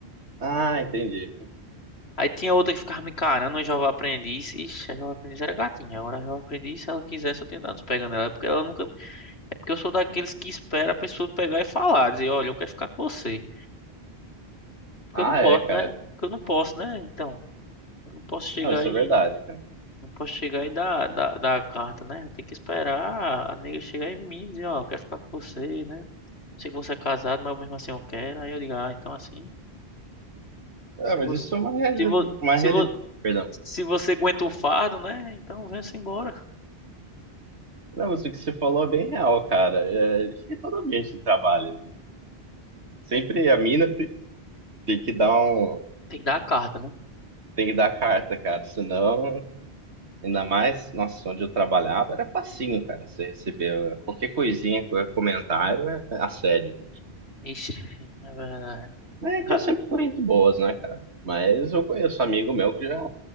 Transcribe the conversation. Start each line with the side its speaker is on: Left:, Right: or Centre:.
Right: Ah, entendi.
Left: Aí tinha outra que ficava me encarando, uma jovem aprendiz. Ixi, a jovem aprendiz era gatinha. Agora a jovem aprendiz, se ela quisesse, eu tinha dado uns pegando ela, porque ela nunca É porque eu sou daqueles que espera a pessoa pegar e falar, dizer, olha, eu quero ficar com você. Porque
Right: Ah,
Left: eu não posso,
Right: é, cara.
Left: né? Porque eu não posso, né? Então, eu não posso chegar
Right: Não, isso
Left: aí,
Right: é verdade, cara.
Left: não posso chegar e dar, dar, dar a carta, né? Eu tenho que esperar a nega chegar em mim e dizer, ó, eu quero ficar com você, né? Sei que você é casado, mas mesmo assim eu quero. Aí eu digo, ah, então assim,
Right: Ah,
Left: se
Right: mas
Left: você,
Right: isso é uma, reali...
Left: se vo,
Right: uma
Left: se
Right: reali...
Left: vo,
Right: Perdão.
Left: se você aguenta o fardo, né? Então vem-se embora.
Right: Não, mas o que você falou é bem real, cara. É, acho que todo ambiente de trabalho. né? Sempre a mina te- tem que dar um,
Left: Tem que dar a carta, né?
Right: tem que dar a carta, cara. Senão, ainda mais, nossa, onde eu trabalhava era facinho, cara. Você recebeu qualquer coisinha, qualquer comentário é assédio.
Left: Ixi, é verdade.
Right: Mas É
Left: <laughs>
Right: que eu sempre fui muito boas, né, cara? Mas eu conheço amigo meu que já